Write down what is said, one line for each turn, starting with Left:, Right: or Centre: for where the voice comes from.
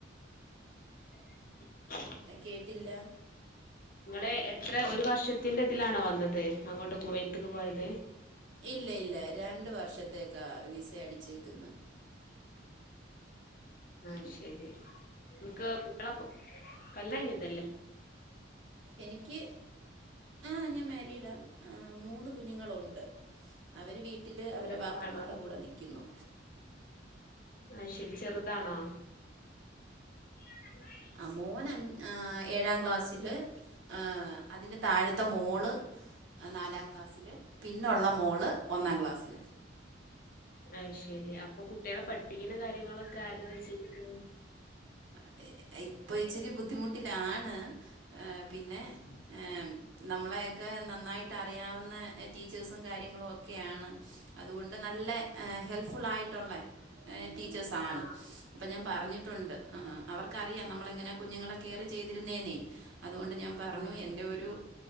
Left: <inaudible>
Right: എ കേട്ടില്ല.
Left: നിങ്ങള് എത്ര ഒരു വർഷത്തിന്റെ ഇതിലാണോ വന്നത് അങ്ങോട്ട് കുവൈത്ത്ക്ക് പോയത്?
Right: ഇല്ല ഇല്ല രണ്ട് വർഷത്തേക്കാ വിസ അടിച്ചേക്കുന്നെ.
Left: ആഹ്
Right: ഉം.
Left: ശരി ഇങ്ങക്ക് കുട്ടിയളപ്പം കല്യാണം കഴിഞ്ഞതല്ലേ?
Right: എനിക്ക് ആഹ് ഞാൻ മാരീഡാ മൂന്ന് കുഞ്ഞുങ്ങളുണ്ട്. അവര് വീട്ടില് അവരെ
Left: ചെറുതാണോ
Right: വാപ്പുമ്മാടെ കൂടെ നിക്കുന്നു.
Left: അയ് ശരി ചെറുതാണോ? <inaudible>
Right: ആ മോൻ അ ഏഴാം ക്ലാസ്സില് ആഹ് അതിന് താഴത്തെ മോള് അ നാലാം ക്ലാസ്സില്, പിന്നൊള്ള മോള് ഒന്നാം ക്ലാസ്സില്
Left: അയ് ശെരി അപ്പൊ കുട്ടിയളെ പഠിപ്പിക്കണ കാര്യങ്ങളൊക്കെ ആരാ ചെയ്യുന്നെ?
Right: അതെ ഇപ്പൊ ഇച്ചിരി ബുദ്ധിമുട്ടിലാണ്. പിന്നെ ഏ നമ്മളെയൊക്കെ നന്നായിട്ട് അറിയാവുന്ന ടീച്ചേഴ്സും കാര്യങ്ങളും ഒക്കെയാണ്. അതുകൊണ്ട് നല്ല ഹെൽപ്ഫുൾ ആയിട്ടുള്ളേ ടീച്ചേഴ്സ് ആണ്
Left: ആഹ്
Right: അപ്പം ഞാൻ പറഞ്ഞിട്ടുണ്ട് ആഹ് അവർക്കറിയാം നമ്മള് എങ്ങനെയാ കുഞ്ഞുങ്ങളെ കെയറ് ചെയ്തിരുന്നേെന്നേ അതുകൊണ്ട് ഞാൻ പറഞ്ഞു
Left: ആഹ്
Right: എൻ്റെ ഒരു